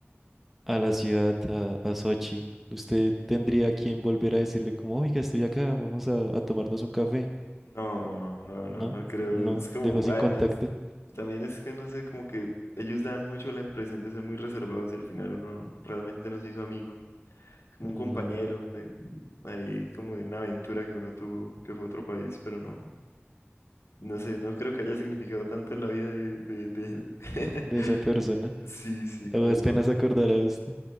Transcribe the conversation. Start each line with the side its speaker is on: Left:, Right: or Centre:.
Centre: a la ciudad, a, a Sochi, ¿usted tendría a quien volver a decirle como, oiga, estoy acá, vamos a, a tomarnos un café?
Left: No, no,
Centre: No,
Left: no, no creo.
Centre: no,
Left: Es como,
Centre: dejó sin
Left: además,
Centre: contacto
Left: también es que no sé, como que ellos dan mucho la impresión de ser muy reservados y al final uno no, realmente no se hizo amigo. Es como
Centre: mm,
Left: un compañero de ahí, como de una aventura que uno tuvo, que fue a otro país, pero no, no sé, no creo que haya significado tanto en la vida de, de, de él. <laughs>
Centre: de esa persona.
Left: Sí, sí, como
Centre: A las penas
Left: por-
Centre: acordará usted.